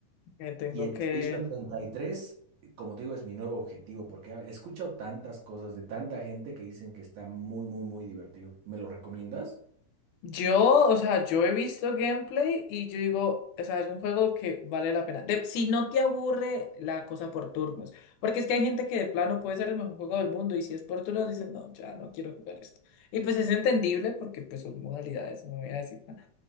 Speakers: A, on the left (about 85°); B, on the right (about 70°).
A: Me tengo
B: Y el
A: que
B: Expedition treinta y tres, como te digo, es mi nuevo objetivo porque he escuchado tantas cosas de tanta gente que dicen que está muy, muy, muy divertido. ¿Me lo recomiendas?
A: Yo, o sea, yo he visto gameplay y yo digo, o sea, es un juego que vale la pena. De- si no te aburre la cosa por turnos, porque es que hay gente que de plano puede ser el mejor juego del mundo y si es por turnos dicen, no, ya no quiero jugar esto. Y pues es entendible porque pues son modalidades, no voy a decir nada.